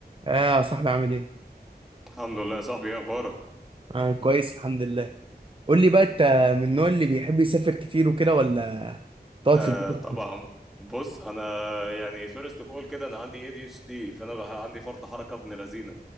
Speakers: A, on the right (about 30°); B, in the centre.
A: اه يا صاحبي عامل ايه؟
B: الحمد لله يا صاحبي ايه اخبارك
A: انا كويس الحمد لله قول لي بقى انت من النوع اللي بيحب يسافر كتير وكده ولا تقعد
B: آه
A: في البيت أكتر؟
B: طبعا بص انا يعني فيرست اوف اول كده انا عندي اي دي اتش دي فانا بح- عندي فرط حركه ابن لذينه